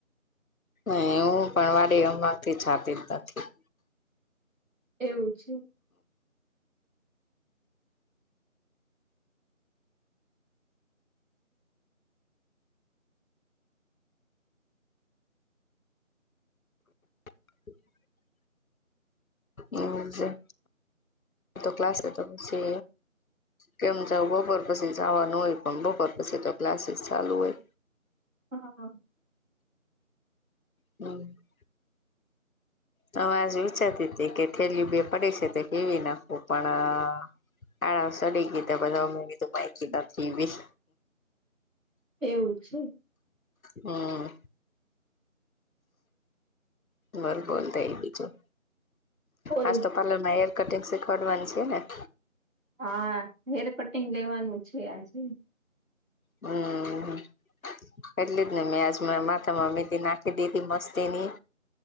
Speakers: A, on the left; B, on the right.
A: એવું પણ વારી અમથી છાતી જ નથી..
B: એવું છે
A: <inaudible> એવું છે. આ તો ક્લાસ ખત્મ છે. કેમ જાવ બપોર પછી જાવાનું હોય પણ બપોર પછી તો ક્લાસીસ ચાલુ હોય
B: હા..
A: હમ.. હું આજ વિચારતી હતી કે થેલીું બે પડી છે તો સેવી નાખવું પણ.. હ સડી ગીતી તે બધા છા અમે બીધું પાકીી નથી બી..
B: એવું છે..
A: હમ.. બોલ બોલ તો એ બીજું
B: ઓલ
A: આજ તો પાલરમાં હેર કટિંગ સીખવાડવાની સે ને
B: હા હેર કટિંગ લેવાનું છે આજે..
A: હમ એટલી જ ને મેં આજ માથામાં મી તે નાખી દી મસ્તીની..